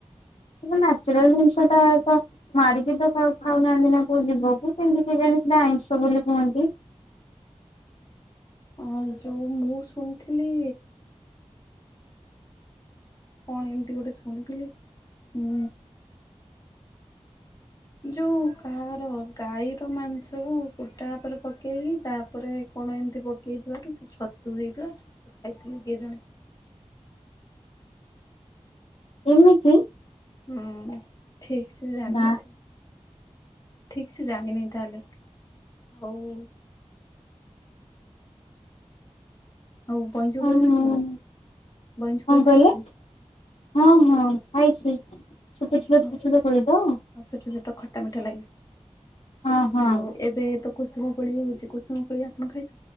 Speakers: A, on the left (about 60°); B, on the left (about 30°).
A: ଏଟା ନ୍ୟାଚୁରାଲ ଜିନିଷଟା ତ ମାରିକି ତ କାକୁ ଖାଉନାହାନ୍ତି ନା କୋଉ ଜୀବକୁ କେମତି କେ ତୁ ଜାଣିଚୁ ନା ଆଇଁଷ ବୋଲି କୁହନ୍ତି।
B: ହୁଁ ଅ ଯୋଉ ମୁଁ ଶୁଣିଥିଲି କଣ ଏମିତି ଗୋଟେ ଶୁଣିଥିଲି ଉଁ ଯୋଉ କାହାର ଗାଈର ମାଂସ କୁ କୁଟା ଉପରେ ପକେଇକି ତାପରେ କଣ କଣ ଏମିତି ପକେଇଥିବାରୁ ସେ ଛତୁ ହେଇଥିଲା ଛତୁ ଖାଇଥିଲେ କିଏ ଜଣେ
A: ଏମିତି
B: ହୁଁ ଠିକ ସେ ଜାଣିନଥିବି।
A: ବା
B: ଠିକ ସେ ଜାଣିନି ତାହଲେ ଆଉ ହଉ ବଇଁଚକୋଳି
A: କଣ
B: ଖାଇଛନ୍ତି ବଇଁଚକୋଳି ଖାଇଛନ୍ତି
A: କହିଲେ ହଁ ହଁ ଖାଇଛି ଛୋଟ
B: ହଁ।
A: ଛୋଟ
B: ହଁ
A: ଛୋଟ ଛୋଟ କୋଳି ତ
B: ଆଉ ଛୋଟ ଛୋଟ ଖଟା ମିଠା ଲାଗିଲେ
A: ହଁ ହଁ
B: ଆଉ ଏବେ ତ କୁସୁମ କୋଳି ହଉଚି କୁସୁମ ପୋଳି ଆପଣ ଖାଇଚ